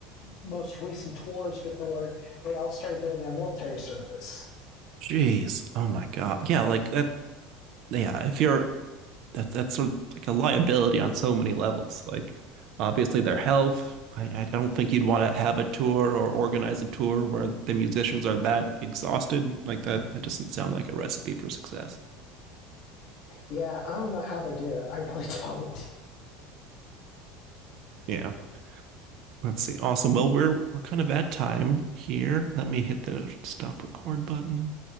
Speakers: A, on the left; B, on the right.
A: most recent tours before they all started doing their military service.
B: Jeez. Oh my God. Yeah, like that. Yeah, if you're that, that's sort of like a liability on so many levels. Like obviously their health. I, I don't think you'd want to have a tour or organize a tour where the musicians are that exhausted. Like that, that doesn't sound like a recipe for success.
A: Yeah, I don't know how they do it. I really <laughs> don't.
B: Yeah. Let's see. Awesome. Well, we're we're kind of at time here. Let me hit the stop record button.